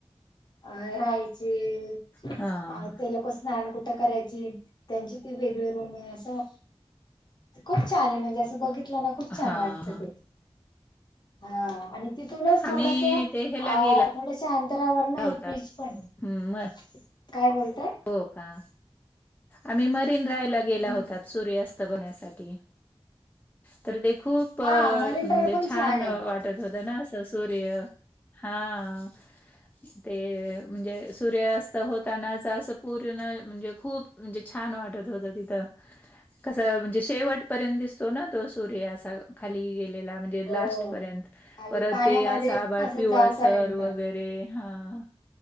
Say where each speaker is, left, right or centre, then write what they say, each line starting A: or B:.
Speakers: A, on the left; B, on the left.
A: अं राहायचे.
B: हां,
A: अं
B: हां.
A: ते लोक स्नांन कुठं करायचे? त्यांची ती वेगळी रूंम आहे असं खूंप छान आहे म्हणजे असं बघितलं नां खूंप
B: हां,
A: छान वाटतं
B: हां.
A: ते हां आणि तिथूंनच थोडंसं
B: आम्ही
A: अं
B: ते ह्याला गेला
A: थोड्यांशा अंतरावर नां
B: होतात.
A: एक बीच पणं आहे
B: हं, मग
A: कायं बोलतां
B: हो कां आम्हीं मरीन ड्राईव्ह लां गेलां
A: हम्म
B: होतां सूर्यास्तं बघण्यांसाठी तरं ते खूंप
A: हा
B: अं
A: मरीन
B: म्हणजे
A: ड्राईव्ह पण
B: छान
A: आहे
B: वाटतं त्यांच्या होतां नां तो असं सूर्य हां ते म्हणजे सूर्यास्तं होतांनाच पूर्ण म्हणजे खूंप म्हणजे छान वाटतं होतं तिथं कसं म्हणजे शेवटपर्यंत दिसतो नां तो सूर्य असां खाली गेलां म्हणजे
A: हो
B: लांस्ट पर्यन्त
A: खाली
B: परंत
A: पाण्यामध्ये
B: ते असं आभाळात
A: असं
B: पिवळांसर
A: जाऊपर्यंत
B: वगैरें ते हां